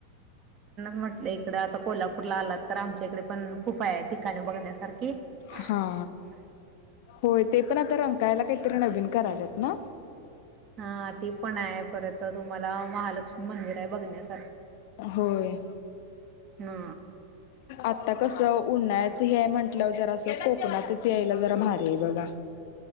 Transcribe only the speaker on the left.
हा होय ते पण आता रंकाळ्याला नविन काही तरी करत आहेत, ना?
होय,
आता कस उन्हाळ्याच चालू आहे म्हंटलं जरा अस कोकणातच यायला जरा भारी तेवघ <inaudible>